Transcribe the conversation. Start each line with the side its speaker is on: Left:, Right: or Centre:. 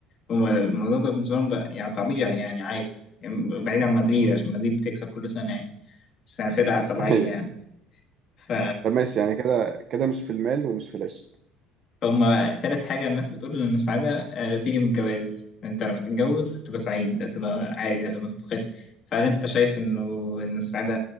Left: هو الموضوع ده بالنسبة لهم بقى يعني طبيعي يعني عادي يعني بعيد عن مدريد عشان مدريد بتكسب كل سنة يعني بس يعني فرقة طبيعية
Right: <laughs> أيوة.
Left: يعني ف...
Right: طب ماشي يعني كده كده مش في المال ومش في العشق
Left: فهما تالت حاجة الناس بتقول إن السعادة آه، بتيجي من الجواز أنت لما تتجوز تبقى سعيد تبقى عادي تبقى مستقر فهل أنت شايف إنه إن السعادة